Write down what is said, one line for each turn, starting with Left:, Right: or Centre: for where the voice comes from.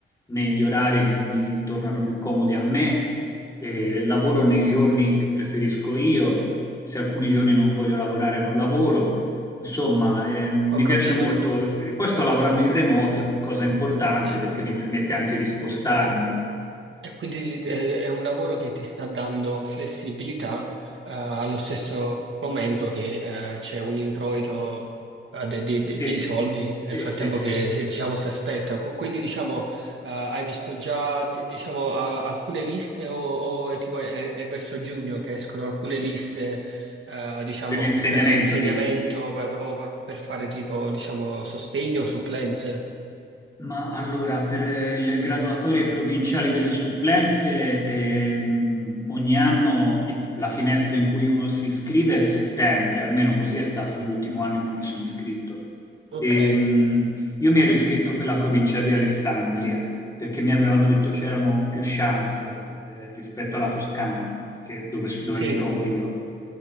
Left: negli orari che mi tornano più comodi a me, eh, lavoro nei giorni che preferisco io, se alcuni giorni non voglio lavorare non lavoro. Insomma, eh, mi
Right: Ho capito.
Left: piace molto,
Right: co-
Left: e poi sto lavorando in remoto, cosa importante
Right: Sì,
Left: perché mi permette anche di spostarmi
Right: E quindi eh, è un lavoro che ti sta dando flessibilità, eh, allo stesso momento che eh, c'è un introito eh, de- di, di-
Left: Sì,
Right: di soldi
Left: sì,
Right: nel frattempo
Left: sì, sì.
Right: che si, diciamo, si aspetta. Qu- Quindi diciamo, eh, hai visto già d- diciamo, a- alcune liste o, o è, tipo, è- è verso giugno che escono alcune liste eh, diciamo,
Left: Per l'insegnamento
Right: per insegnamento
Left: dici?
Right: per- o per, per fare tipo diciamo, sostegno o supplenze?
Left: Ma allora, per eh, le graduatorie provinciali delle supplenze, ehm, ogni anno il- la finestra in cui uno si iscrive è settembre, almeno così è stato nell'ultimo anno in cui mi sono iscritto.
Right: Ok,
Left: Ehm, io mi ero iscritto per la provincia di Alessandria, perché mi avevano detto c'erano più chance, eh, rispetto alla Toscana, che- dove dove
Right: sì,
Left: mi trovo io.